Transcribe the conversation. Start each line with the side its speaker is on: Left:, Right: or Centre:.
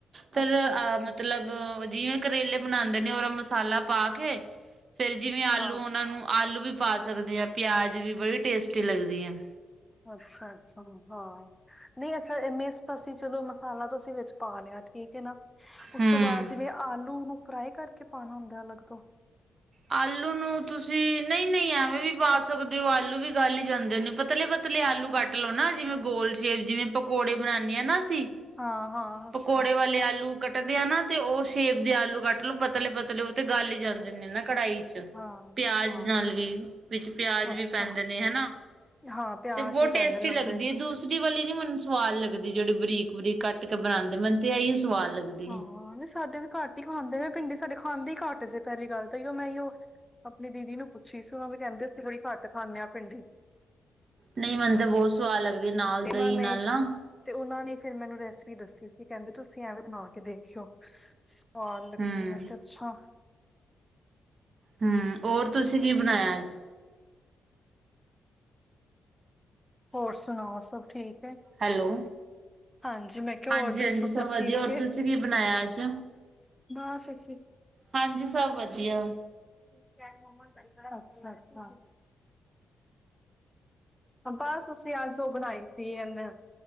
Right: ਫੇਰ।
Centre: ਅੱਛਾ
Right: ਮਤਲਬ ਜਿਵੇਂ ਕਰੇਲੇ ਬਣਾਉਂਦੇ ਨੇ ਔਰ ਮਸਾਲਾ ਪਾ ਕੇ ਫੇਿਰ ਜਿਵੇਂ ਆਲੂ
Centre: ਹਾਂ
Right: ਉਹਨਾਂ ਨੂੰ ਆਲੂ ਵੀ ਪਾ ਸਕਦੇ ਆ ਪਿਆਜ ਵੀ ਬੜੀ ਟੇਸਟੀ ਲੱਗਦੀਆਂ।
Centre: ਅੱਛਾ -ਅੱਛਾ ਹਾਂ। ਨਹੀਂ ਅੱਛਾ ਇਹ ਮਿਸ ਅਸੀਂ ਚਲੋ ਮਸਾਲਾ ਤੁਸੀਂ ਵਿੱਚ ਪਾ ਲਿਆ ਠੀਕ ਹੈ ਨਾ। ਉਸ
Right: ਹਮ
Centre: ਤੋਂ ਬਾਅਦ ਜਿਵੇਂ ਆਲੂ ਨੂੰ ਫਰਾਈ ਕਰਕੇ ਪਾਉਣਾ ਹੁੰਦਾ ਅਲੱਗ ਤੋਂ
Right: ਆਲੂ ਨੂੰ ਤੁਸੀਂ ਨਹੀਂ ਨਹੀਂ ਐਵੇਂ ਵੀ ਪਾ ਸਕਦੇ ਹੋ ਆਲੂ ਵੀ ਗੱਲ ਹੀ ਜਾਂਦੇ ਨੇ ਪਤਲੇ ਪਤਲੇ ਆਲੂ ਕੱਟ ਲਉ ਨਾ ਜਿਵੇਂ ਗੋਲ ਸ਼ੇਪ ਜਿਵੇਂ ਪਕੌੜੇ ਬਣਾਨੇ ਆ ਨਾ ਅਸੀਂ
Centre: ਹਾਂ ਹਾਂ ਅੱਛਾ
Right: ਪਕੌੜੇ ਵਾਲੇ ਆਲੂ ਕੱ ਕੱਟਦੇ ਆ ਨਾ ਤੇ ਉਹ ਸ਼ੇਪ ਦੇ ਆਲੂ ਕੱਟ ਲਓ ਪਤਲੇ ਪਤਲੇ ਉਹ ਤੇ ਗੱਲ ਹੀ ਜਾਂਦੇ ਨੇ ਨਾ ਕੜਾਈ ਚ
Centre: ਹਾਂ
Right: ਪਿਆਜ
Centre: ਹਾਂ
Right: ਨਾਲ ਵੀ ਵਿੱਚ ਪਿਆਜ
Centre: ਅੱਛਾ
Right: ਵੀ ਪੈਂਦੇ ਨੇ ਹਨਾ।
Centre: ਹਾਂ। ਪਿਆਜ
Right: ਤੇ ਬਹੁਤ
Centre: ਵੀ
Right: ਟੇਸਟੀ
Centre: ਪੈਂਦੇ ਲੰਬੇ
Right: ਲਗਦੀ ਹੈ ਦੂਸ- -ਰੀ ਵਾਲੀ ਨੀ ਮੈਨੂੰ ਸਵਾਦ ਲੱਗਦੀ। ਜਿਹੜੀ ਬਰੀਕ- ਬਰੀਕ ਕੱਟ ਕੇ ਬਣਾਉਂਦੇ। ਮੈਨੂੰ ਤੇ ਆਹੀ ਸਵਾਦ ਲੱਗਦੀ।
Centre: ਹਾਂ
Right: ਹੈ
Centre: ਨਹੀਂ ਸਾਡੇ ਵੀ ਘੱਟ ਹੀ ਖਾਂਦੇ ਭਿੰਡੀ। ਸਾਡੇ ਖਾਂਦੇ ਈ ਘੱਟ ਸੀ ਪਹਿਲੀ ਗੱਲ ਤਾਂ ਈ ਮੈਂ ਉਹ- ਆਪਣੀ ਦੀਦੀ ਨੂੰ ਪੁੱਛੀ ਸੀ ਉਹਨਾ ਵੀ ਕਹਿੰਦੇ ਸੀ, ਥੋੜੀ ਘਟ ਖਾਦੇ ਹਾਂ ਭਿੰਡੀ।
Right: ਨਹੀਂ ਮੈਨੂੰ ਤਾਂ ਬਹਤ ਸਵਾਦ ਲੱਗਦੀ। ਨਾਲ
Centre: ਤੇ
Right: ਦਹੀਂ
Centre: ਮਾਮੇ
Right: ਨਾਲ ਨਾ
Centre: ਤੇ ਉਹਨਾ ਨੇ ਫਿਰ ਮੈਨੂੰ ਰੈਸਪੀ ਦੱਸੀ ਸੀ ਕਹਿੰਦੇ, ਤੁਸੀਂ ਐਂਵੇ ਬਣਾ ਕੇ ਦੇਖਿਓ। ਸਵਾਦ
Right: ਹੂੰ।
Centre: ਲੱਗਦੀ ਮੈਂ ਕਿਹਾ ਅੱਛਾ।
Right: ਹੂ, ਹੋਰ ਤੁਸੀਂ ਕੀ ਬਣਾਇਆ ਅੱਜ?
Centre: ਹੋਰ ਸੁਣਾਓ ਸਭ ਠੀਕ ਹੈ?
Right: ਹੈਲੋ,
Centre: ਹਾਂਜੀ ਮੈਂ ਕਿਹਾ
Right: ਹਾਂਜੀ-ਹਾਂਜੀ
Centre: ਹੋਰ ਦੱਸੋ
Right: ਸਭ ਵਧੀਆ,
Centre: ਠੀਕ
Right: ਹੋਰ
Centre: ਹੈ
Right: ਤੁਸੀਂ ਕੀ ਬਣਾਇਆ ਅੱਜ?
Centre: ਬਸ ਅਸੀ।
Right: ਹਾਂਜੀ, ਸਭ ਵਧੀਆ।
Centre: ਕਹਿੰਦੀ ਮਮਾ ਤੜਕਾ। ਅੱਛਾ, ਅੱਛਾ। ਬਸ ਅਸੀਂ, ਅੱਜ ਉਹ ਬਣਾਈ ਸੀ ਇਹਨੇ-